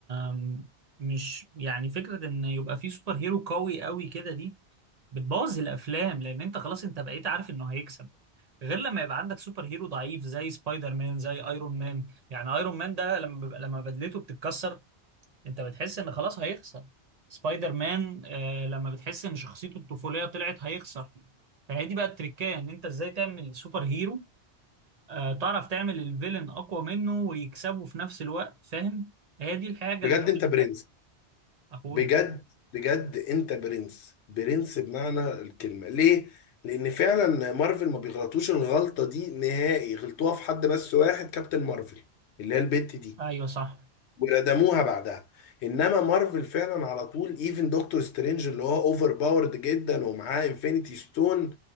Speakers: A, on the right; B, on the left.
A: آم، مش يعني فكره ان يبقى فيه سوبر هيرو قوي قوي كده دي بتبوظ الافلام لان انت خلاص انت بقيت عارف انه هيكسب غير لما يبقى عندك سوبر هيرو ضعيف زي سبايدر مان زي ايرون مان يعني ايرون مان ده لما بيبقى- لما بدلته بتتكسر انت بتحس ان خلاص هيخسر سبايدر مان آه لما بتحس ان شخصيته الطفوليه طلعت هيخسر فهي دي بقى التركية ان انت ازاي تعمل سوبر هيرو آه تعرف تعمل الفيلن اقوى منه ويكسبه في نفس الوقت فاهم هي دي الحاجه
B: بجد
A: اللي
B: أنت برنس
A: اخويا
B: بجد بجد انت برنس برنس بمعنى الكلمة ليه؟ لان فعلا مارفل ما بيغلطوش الغلطة دي نهائي غلطوها في حد بس واحد كابتن مارفل اللي هي البت دي
A: ايوه صح
B: وردموها بعدها انما مارفل فعلا على طول ايفن دكتور سترينج اللي هو اوفر باورد جدا ومعاه انفينيتي ستون